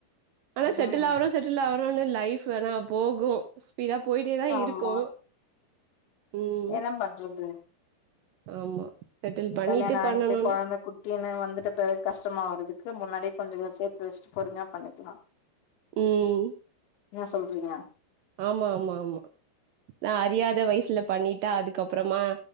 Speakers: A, on the right (about 85°); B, on the left (about 90°).
A: ஆனா செட்டில்
B: ம்
A: ஆவறோ செட்டில் ஆவுரோனு லைஃபு ஆனா போகு ஸ்பீடா போயிட்டே தா
B: ஆமா
A: இருக்கு ம்
B: என்ன பண்றது
A: ஆமா செட்டில் பண்ணிட்டு
B: கல்யாண
A: பண்ணணுனு
B: ஆயிட்டு கொழந்த குட் டீனு வந்துட்ட பிறகு கஷ்டமா ஆவறதுக்கு முன்னாடியே கொஞ்சோ சேத்து வச்சிட்டு பொறுமையா பண்ணிக்கலா
A: ம்
B: என்னா சொல்றீங்க
A: ஆமா ஆமா ஆமா நா அறியாத வயசுல பண்ணிட்டா அதுக்கப்பறமா